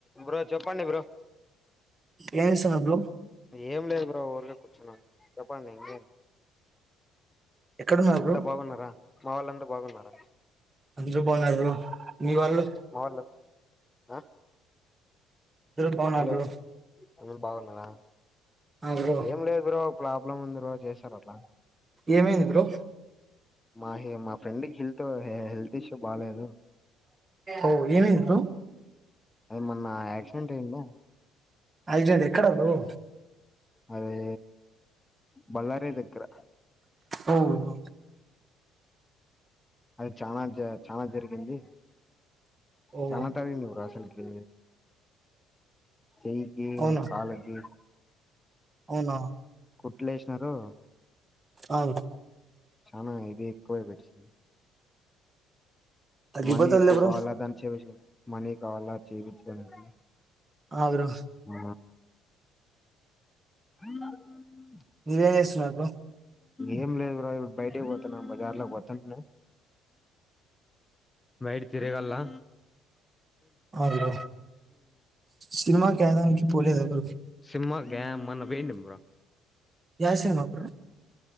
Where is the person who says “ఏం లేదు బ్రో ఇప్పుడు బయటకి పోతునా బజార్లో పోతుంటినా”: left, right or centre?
Left